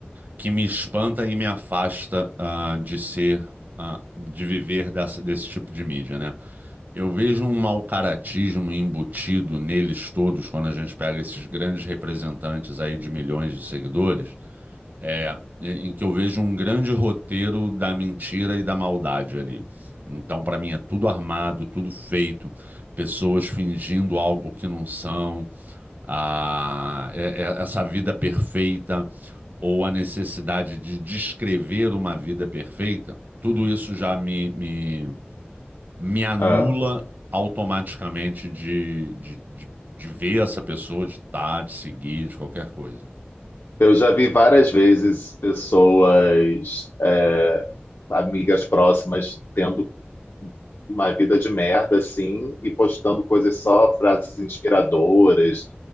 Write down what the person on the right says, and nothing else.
que me espanta e me afasta ah, de ser, ah, de viver dessa- desse tipo de mídia, né? Eu vejo um mal-caratismo embutido neles todos quando a gente pega esses grandes representantes aí de milhões de seguidores, é, em em que eu vejo um grande roteiro da mentira e da maldade ali. Então, para mim, é tudo armado, tudo feito, pessoas fingindo algo que não são, ah, é- é- essa vida perfeita ou a necessidade de descrever uma vida perfeita, tudo isso já me, me, me anula
automaticamente de, de, de, de ver essa pessoa, de estar, de seguir, de qualquer coisa.